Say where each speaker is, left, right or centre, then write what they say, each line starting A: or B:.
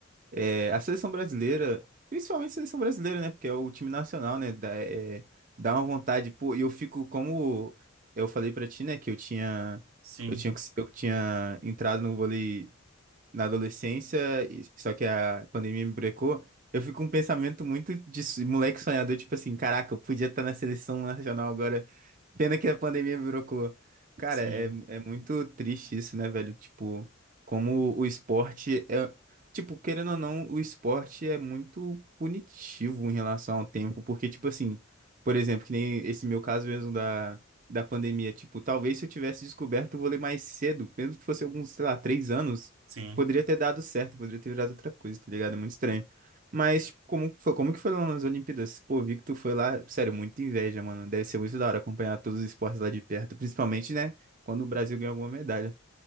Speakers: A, on the right; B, on the right.
A: É, a seleção brasileira, principalmente a seleção brasileira, né? Porque é o time nacional, né? Dá, é, dá uma vontade, pô, e eu fico como eu falei pra ti, né? Que eu tinha,
B: Sim,
A: eu tinha, eu tinha entrado no vôlei na adolescência, e- só que a pandemia me brecou, eu fico com um pensamento muito de s- moleque sonhador, tipo assim, caraca, eu podia estar na seleção nacional agora, pena que a pandemia me brecou. Cara,
B: sim,
A: é, é muito triste isso, né, velho? Tipo, como o esporte é. Tipo, querendo ou não, o esporte é muito punitivo em relação ao tempo, porque, tipo assim, por exemplo, que nem esse meu caso mesmo da, da pandemia, tipo, talvez se eu tivesse descoberto o vôlei mais cedo, mesmo que fosse alguns, sei lá, três anos,
B: sim.
A: poderia ter dado certo, poderia ter virado outra coisa, tá ligado? É muito estranho. Mas tipo, como que foi, como que foi lá nas Olimpíadas? Pô, vi que tu foi lá, sério, muita inveja, mano. Deve ser muito da hora acompanhar todos os esportes lá de perto, principalmente, né, quando o Brasil ganha alguma medalha.